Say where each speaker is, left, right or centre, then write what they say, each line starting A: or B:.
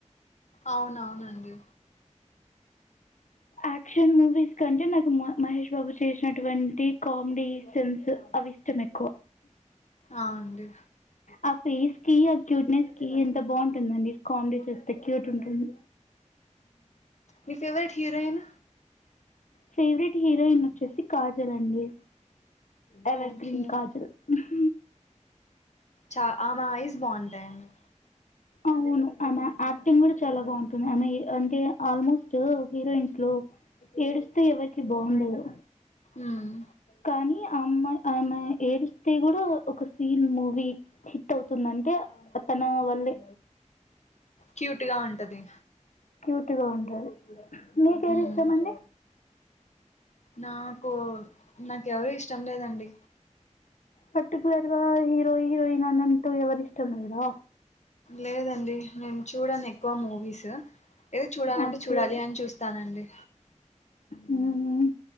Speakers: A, on the left; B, on the left.
A: అవునవునండి
B: యాక్షన్ మూవీస్ కంటే నాకు మ మహేష్ బాబు చేసినటువంటి కామెడీ సిన్స్ అవి ఇష్టం ఎక్కువ
A: ఆ అండి
B: ఆ ఫేస్కి అక్యూట్నేస్ కి ఎంత బాగుంటుందండి కామెడీ చేస్తే క్యూట్ ఉంటుంది.
A: ఉహ్ ఫేవరెట్ హీరోయిన్
B: ఫేవరెట్ హీరోయిన్ వచ్చేసి కాజల్ అండి ఎవర్గ్రీన్
A: ఓకే
B: కాజల్ ఉహ్
A: చ ఆమా ఐస్ బాగుంటాయండి
B: అవును ఆమె యాక్టింగ్ కూడా చాలా బాగుంటుంది ఆమె అంటే ఆల్మోస్ట్ హీరోయిన్స్ లో ఏడుస్తే ఎవరికి బాగుండదు
A: మ్మ్
B: కనియ ఆ అమ్మాయ్ ఆమె ఏడిస్తే కూడా ఒక సీన్ మూవీ హిట్ అవుతుందంటే తన వల్లే
A: క్యూట్ గా ఉంటది
B: క్యూట్ గా ఉంటది మీకు ఎవర్
A: మ్మ్
B: ఇష్టం అండి
A: నాకు నాకేవరు ఇష్టం లేదండి
B: పర్టికులర్గ హీరో హీరోయిన్ అని అంటూ ఎవరు ఇష్టం ఉండదా?
A: లేదండి నేను చూడను ఎ క్కువ మూవీస్ ఏదో చూడాలంటే
B: ఓకే
A: చూడాలి అని చూస్తానండీ
B: హ్మ్